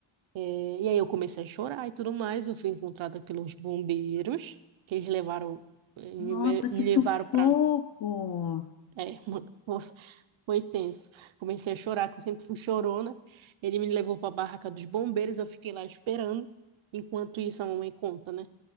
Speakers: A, on the right (about 70°); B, on the left (about 50°).
A: é, e aí eu comecei a chorar e tudo mais. Eu fui encontrada pelos bombeiros, que eles levaram, eh, me,
B: Nossa,
A: me
B: que sufoco.
A: levaram pra É, mano, <laughs> pô, foi tenso. Comecei a chorar, que eu sempre fui chorona. Ele me levou para a barraca dos bombeiros, eu fiquei lá esperando. Enquanto isso, a mamãe conta, né?